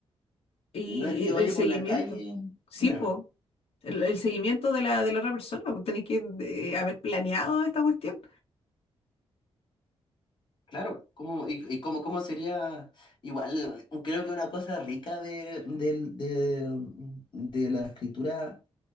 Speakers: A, on the left; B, on the left.
A: y,
B: no es que yo
A: y
B: vaya
A: el seguimiento.
B: por la calle,
A: Sí,
B: dime
A: pues.
B: nomás,
A: El, el seguimiento de la, de la otra persona, pues tenéis que eh, haber planeado esta cuestión.
B: claro, ¿cómo, y, y cómo, cómo sería igual? Creo que una cosa rica de, del- de de la escritura